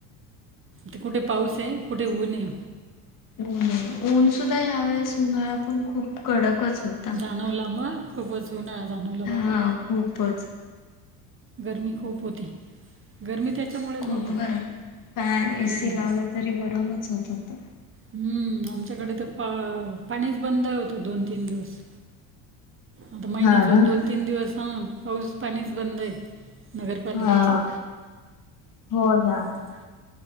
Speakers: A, on the right (about 30°); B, on the left (about 50°).
A: ते कुठे
B: तेच
A: पाऊस आहे,
B: ना
A: कुठे
B: काय सांग
A: ऊन ये.
B: ऊन ऊनसुुद्धा यावेेळेस उन्हाळा पण खूप कडकच होता.
A: आणवला मग खूपच उन्हाळा जाणवला
B: हा
A: बाबा.
B: खूपच..
A: गर्मी खूप होती. गर्मी त्याच्यामुळे
B: खूप
A: ना मग
B: गरम, फॅन,
A: आणि
B: एसी लावला तरी गरमच होत होतं.
A: हम्म, आमच्याकडे तर पा पाणीच बंद होतं, दोन-तीन दिवस. आता महिन्यातून
B: हा ना
A: दोन-तीन दिवस हं, पाऊस पाणीच बंद आहे. नगरपालिकेचं
B: हा हो... ना
A: होय का?